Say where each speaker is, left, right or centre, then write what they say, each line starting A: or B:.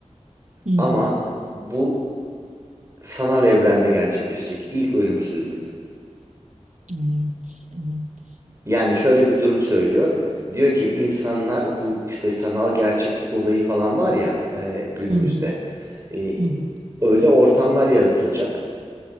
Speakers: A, on the right; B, on the right.
A: Hı hı.
B: ama bu sanal evrende gerçekleşecek ilk ölümsüzlük.
A: Evet, evet.
B: Yani şöyle bir durum söylüyor. Diyor ki insanlar bu işte sanal gerçeklik olayı falan var ya e, günümüzde.
A: Hı hı,
B: E,
A: hı hı,
B: öyle ortamlar yaratılacak